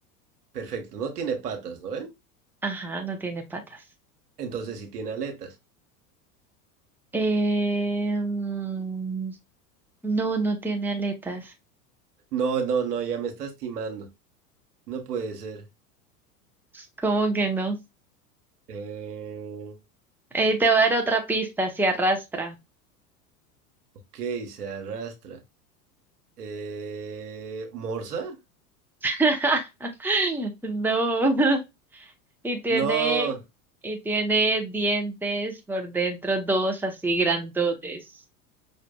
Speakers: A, on the right; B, in the centre.
A: Perfecto, no tiene patas, ¿no ven?
B: Ajá, no tiene patas.
A: Entonces sí tiene aletas.
B: Eh, mm, no, no tiene aletas.
A: No, no, no, ya me estás timando. No puede ser.
B: ¿Cómo que no?
A: Eh,
B: Eh, te voy a dar otra pista, se arrastra.
A: ok, se arrastra. Eh, ¿Morsa?
B: <laughs> No. Y tiene,
A: No.
B: y tiene dientes por dentro, dos así grandotes.